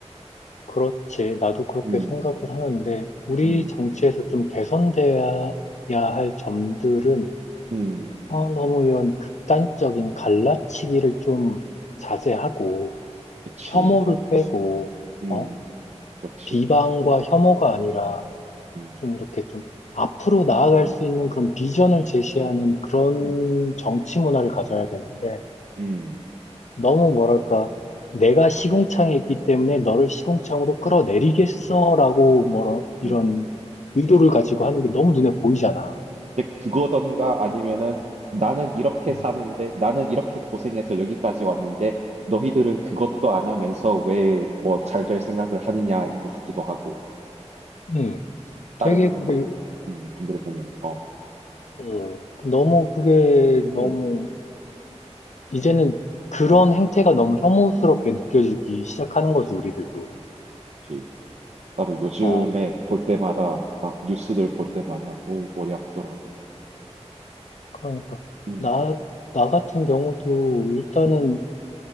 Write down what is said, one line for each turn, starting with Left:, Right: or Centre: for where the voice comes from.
Left: 그렇지. 나도 그렇게
Right: 음,
Left: 생각을 하는데, 우리
Right: 음,
Left: 정치에서 좀 개선돼야 할 점들은
Right: 음,
Left: 어, 너무 이런 극단적인 갈라치기를 좀 자제하고,
Right: 그치.
Left: 혐오를 빼고,
Right: 음,
Left: 어?
Right: 그렇지.
Left: 비방과 혐오가 아니라
Right: 음,
Left: 좀 이렇게 좀 앞으로 나아갈
Right: 음,
Left: 수 있는 그런 비전을 제시하는 그런
Right: 음,
Left: 정치 문화를 가져야 되는데,
Right: 음,
Left: 너무 뭐랄까, 내가 시궁창에 있기 때문에 너를 시궁창으로 끌어내리겠어라고 뭐라 이런
Right: 음.
Left: 의도를 가지고 하는 게 너무 눈에 보이잖아.
Right: 음. 근데 그거던가 아니면은 나는 이렇게
Left: 음.
Right: 사는데 나는 이렇게 고생해서 여기까지 왔는데 너희들은 그것도 안 하면서 왜 뭐 잘 될 생각을 하느냐인 것 같기도 하고.
Left: 음. 되게
Right: 다른
Left: 그게
Right: 음, 분들을 보면은 어
Left: 어, 너무 그게
Right: 음,
Left: 너무
Right: 음,
Left: 이제는 그런
Right: 음.
Left: 행태가 너무 혐오스럽게 느껴지기 시작하는 거지, 우리들도.
Right: 역시 나도 요즘에
Left: 어,
Right: 볼 때마다 막 뉴스들 볼 때마다 오 머리 아프더라고.
Left: 그러니까,
Right: 음,
Left: 나, 나 같은 경우도 일단은
Right: 음,